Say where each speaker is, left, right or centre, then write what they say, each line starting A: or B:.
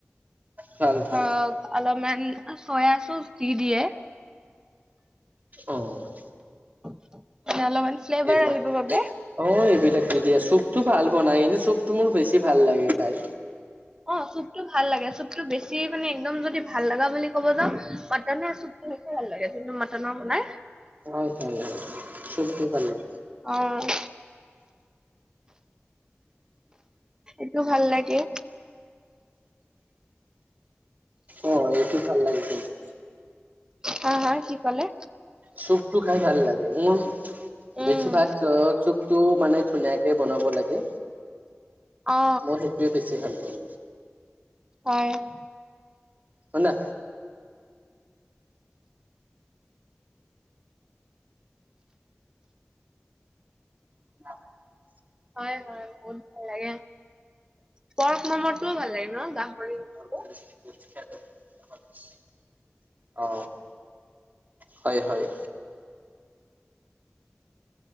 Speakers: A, on the right (about 40°); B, on the right (about 15°).
A: ভাল ভাল
B: অ' অলপমান চয়া চচ দি দিয়ে
A: অ'
B: <inaudible>
A: এইবিলাক
B: আহিবৰ বাবে
A: অ এইবিলাক দি দিয়ে চুপটো ভাল বনায় এনেই চুপটো মোৰ বেছি ভাল লাগে খাই
B: অ চুপটো ভাল লাগে চুপটো বেছি মানে একদম যদি ভাল লগা বুলি কব যাওঁ মাটনৰ চুপ বেছি ভাল লাগে জোনটো মাটনৰ বনায়
A: বহুত ভাল লাগে চুপটো ভাল লাগে
B: অ' সেইটো ভাল লাগে
A: অ এইটো ভাল লাগে কিন্তু
B: হয় হয় কি ক'লে
A: চুপটো খাই ভাল লাগে মোৰ
B: উম
A: বেছি ভাগ চ চুপটো মানে ধুনীয়া কে বনাব লাগে
B: অ
A: মই সেইটোৱে বেছি ভাল পাওঁ
B: অ'
A: শুনা <inaudible>
B: হয় হয় বহুত ভাল লাগে পৰ্ক মম'টোও ভাল লাগে ন গাহৰি মম'টো?
A: <inaudible> অ হয় হয়